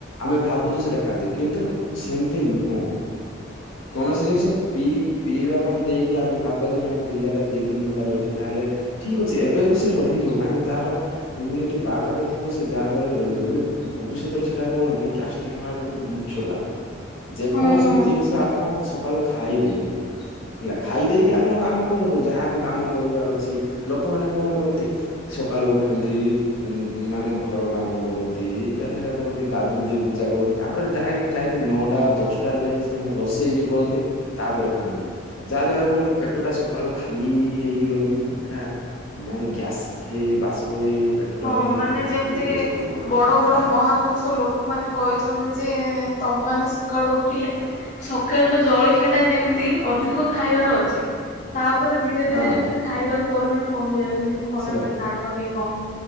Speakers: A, on the left (about 85°); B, on the left (about 35°).
A: ଆମେ ଭାବୁଛୁ ସେଇଟା ଖାଦ୍ୟ, କିନ୍ତୁ ସେମିତି ନୁହଁ।
B: <inaudible>
A: କୌଣସି ଜିନିଷ ପିଇ ପିଇବା ପାଇଁ ଦେଇକି? ଆମେ ଭାବିବା ଯେ ନାଇଁ ପିଲାଟା ଦି ତିନି ଘଣ୍ଟା ରହିଯିବ। ତାହେଲେ ଠିକ ଅଛି ଏବେ କୁ ସେ ରହିଯିବ। କାହିଁକି ନା ତାର ଇମ୍ୟୁନିଟି ପାୱାର ଟା ଥିବ। ସେ ଯାହା ଦ୍ଵାରା କି ରହିଯିବ। କିନ୍ତୁ ଭବିଷ୍ୟତରେ ସେଇଟା କଣ କି ଗ୍ୟାଷ୍ଟ୍ରିକ ହେବାର ମୁଖ୍ୟ କାରଣ ଯେ
B: ହଁ
A: କୌଣସି ବି ଜିନିଷ, ଆପଣ ସକାଳୁ ଖାଇ ଦିଅନ୍ତୁ। ହେଲା ଖାଇ ଦେଇେଇକି ଆପଣ କାମ କରନ୍ତୁ। ଯାହାବି କାମ କରିବାର ଅଛି। ଲୋକମାନେ କଣ କରନ୍ତି ସକାଳୁ ଉଠନ୍ତି। ମାନେ ଘ କାମ କରନ୍ତି, ଇଟା ସେଟା କରନ୍ତି। ଗାଧନ୍ତି, ପୂଜା କରନ୍ତି ତାପରେ ଯାଇ ଯାଇକି ନଅଟା ଦଶଟା ଟାରେ ଯାଇକି ସେମାନେ ରୋଷେଇ ବି କରନ୍ତି। ତାପରେ ଖାଆନ୍ତି ଯାହା ଦ୍ଵାରା କଣ କି, ପେଟ ଟା ସକାଳୁ ଖାଲି ହେଇକି ରହିକି ସେଟା ମାନେ ଗ୍ୟାସ, ହେଇ ହେଇ ବାଷ୍ପ ହେଇ ହେଇ ପେଟଟା
B: ହଁ ମାନେ
A: ଘାଣ୍ଟି
B: ଯେମିତି,
A: ହୁଏ ସବୁବେଳେ
B: ବଡ ବଡ ମହାପୁରୁଷ ଲୋକମାନେ କହିଚନ୍ତି। ଯେ ତମେମାନେ ସକାଳୁ ଉଠିଲେ? ସକାଳର ଜଳଖିଆ ଟା ଯେମିତି ଅଧିକ ଖାଇବାର ଅଛି। ତା ତାପରେ ଧୀରେ ଧୀରେ
A: ହଁ
B: ଯେମିତି, ଖାଇବାର ପରିମାଣ କମିଯାଉଚି। ଯେମିତି ଖରା
A: ସେଟା
B: ବେଳେ ତାଆଠୁ ଆଉ ଟିକେ କମ୍।